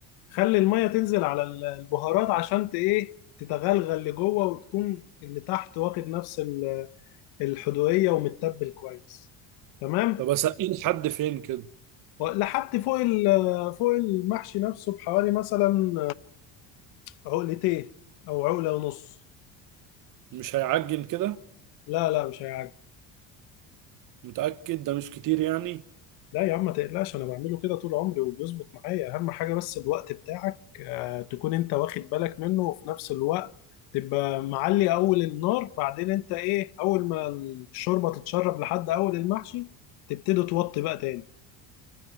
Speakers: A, on the left; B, on the right.
A: خلي المية تنزل على ال- البهارات عشان ت- ايه تتغلغل لجوه وتكون اللي تحت واخد نفس ال- الحدوقية ومتبل كويس تمام
B: طب اسقيه لحد فين كده
A: و- لحد فوق ال- فوق المحشي نفسه بحوالي مثلا عقلتين او عقلة ونص
B: مش هيعجن كده
A: لا لا مش هيعجبك
B: متأكد ده مش كتير يعني
A: لا يا عم ما تقلقش انا بعمله كده طول عمري وبيظبط معايا اهم حاجه بس الوقت بتاعك آه، تكون انت واخد بالك منه وفي نفس الوقت تبقى معلي اول النار بعدين انت ايه اول ما الشوربه تتشرب لحد اول المحشي تبتدي توطي بقى تاني